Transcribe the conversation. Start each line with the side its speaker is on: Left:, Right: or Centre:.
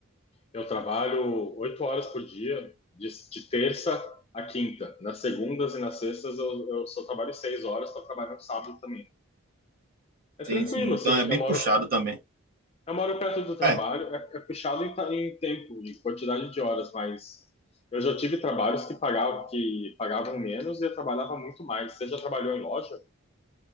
Left: Eu trabalho oito horas por dia, de, de terça a quinta. Nas segundas e nas sextas eu, eu só trabalho seis horas, estou trabalhando sábado também. É
Right: Sim,
Left: tranquilo,
Right: sim. Então
Left: assim,
Right: é bem
Left: eu moro,
Right: puxado também.
Left: eu moro perto do trabalho,
Right: É.
Left: é, é puxado em, ta- em tempo, em quantidade de horas, mas eu já tive trabalhos que pagavam, que pagavam menos e eu trabalhava muito mais. Você já trabalhou em loja?